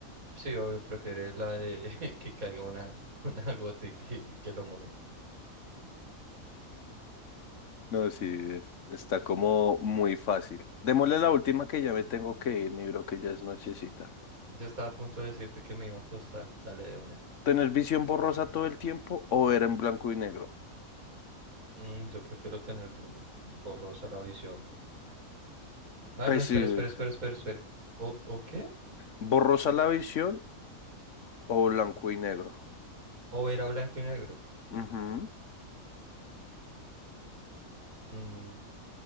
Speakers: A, on the right (about 75°); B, on the left (about 60°).
A: Sí, obvio, prefiere la de <laughs> que caiga una, <laughs> una gota y que, que lo moje.
B: No, sí, es- está como muy fácil. Démosle la última que ya me tengo que ir, mi bro, que ya es nochecita.
A: Yo estaba a punto de decirte que me iba a costar. Dale de una.
B: ¿Tener visión borrosa todo el tiempo o ver en blanco y negro?
A: Mm, yo prefiero tener bo- borrosa la visión. Ah,
B: Pues
A: no, espera,
B: sí,
A: espera, espera,
B: sí.
A: espera, espera. ¿O, o qué?
B: borrosa la visión o blanco y negro.
A: ¿O era blanco y negro?
B: Ujú.
A: Mm,